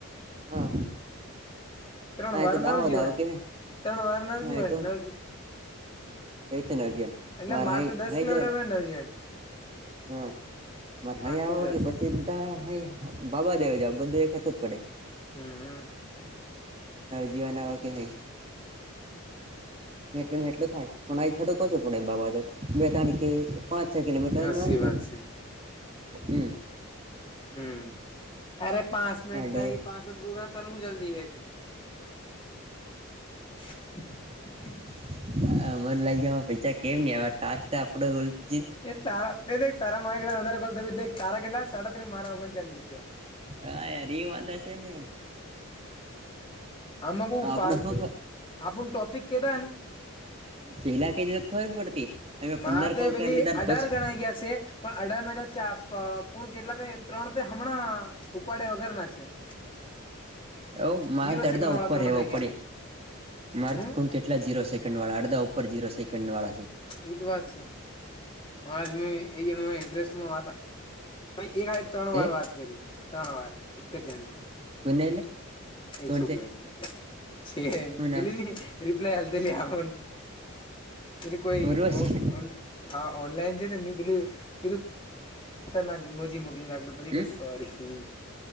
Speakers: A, on the right; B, on the left.
A: હા
B: ત્રણ
A: આયતો
B: વાર
A: દાહોદ
B: નવજીવન
A: આવ કે
B: ત્રણ વાર નવજીવન
A: આયતો
B: નવ
A: ક ત નાજન <inaudible>
B: એટલે
A: મારા
B: માર
A: હે
B: તો દસ
A: હય
B: કિલોમીટર
A: જા
B: માં નજીન
A: હા મારે અહીં
B: આઠ
A: આવો
B: થી દસ
A: કે પછી બાબા દેવે જાવ બધું એક હરખું જ પડે.
B: હમ
A: હજી આન આવન કે હૈ? ને એટલો થાય પણ આ થડું કશો પણ બાવા બે તાણ કે પાંચ છ કિલોમીટર
B: હસી
A: ન અંતર
B: વાત છે
A: હમ
B: હમ અરે પાંચ મિનિટ
A: હાડો
B: થાય ગઈ પાંચ મિનિટ બોલ તને હું જલ્દી છે એટલી <inaudible>
A: હ મને લાગ પૈસાા કેમ ન આવતા આ વખતે આપડે ઉલટુ,
B: એ તારા તે દેખ તારામા એકલા. વધારે કોલ થઈ તારા કેટલા સાડા તરી, મારા ઓગણ ચાલી રૂપિયા.
A: હા યાર વાંધા છે ને?
B: આમાં બુ
A: આપડ
B: ફાલ
A: શું
B: આ પુ ટોપિક કે ધાને
A: પેલા કઈ દેતા તો વાત ખબર પડતી. અમે પંદર
B: આ તે
A: કોલ
B: પેલી
A: કરી લીધા
B: અઢાર
A: પછી
B: ગણાઆ ગ્યાસેે? પણ અઢાર મા તો ચા પઅ કુલ કેટલા ત્રણ તે ત્રણ તે હમણાં ઉપાડે વગર ના છે. <inaudible>
A: એવ મારતા
B: જીરો સેકન્ડ
A: અડદા
B: વાળા
A: ઉપર
B: ત્રણ
A: હેવ
B: થઈ
A: પડી
B: ગયા
A: મારતી
B: હમ
A: કોણ કે એટલા ઝીરો સેકન્વાળા અડધા ઉપર ઝીરો સેકન્ડળા છે.
B: એ તો વાત છે આજ મે એ જ ઇન્ટરેસ્ટમાં વાત ભ એક આાય ત્રણ વાર
A: એ
B: વાત કરી ત્રણ વાર. જણ નહી
A: કોને એટલે
B: એ
A: કોણ
B: છોકરી
A: છે
B: છે
A: હું
B: દ
A: નામ
B: <inaudible> રિપ્લાય નય હાલ તલી આવન, તે કોઈ
A: ઉર્વશી
B: ઓ હા ઓનલાઈન છે નેં પેલું પધું કંઈક ઈમોજી મોકલી નાખ્યુ પછી
A: હમ
B: કે સોરી.